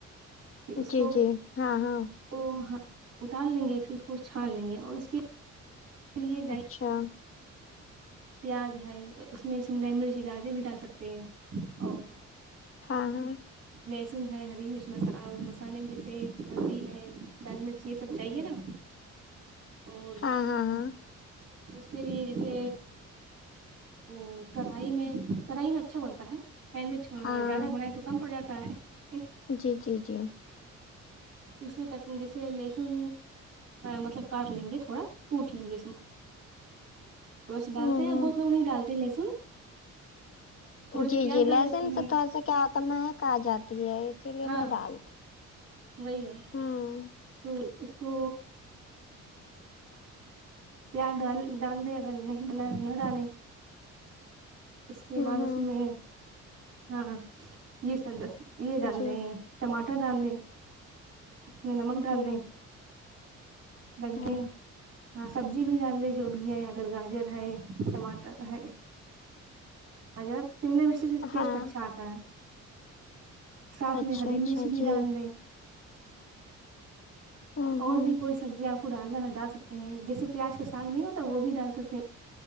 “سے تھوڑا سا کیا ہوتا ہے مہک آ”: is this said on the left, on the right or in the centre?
Left